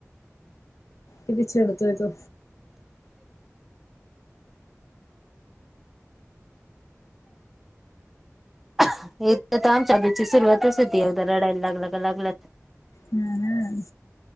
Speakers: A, on the left; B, in the centre.
A: किती चिडतोय तो
B: हे तर तर आमच्या आधीची सुरुवातच होती एकदा रडायला लागला का लागलाच.
A: हम् हम्